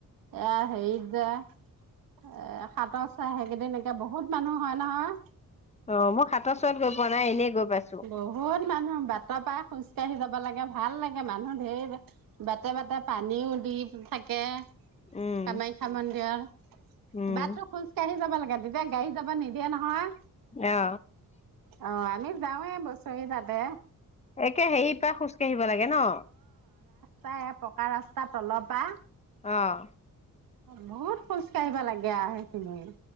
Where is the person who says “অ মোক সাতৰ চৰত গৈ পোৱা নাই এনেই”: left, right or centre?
Left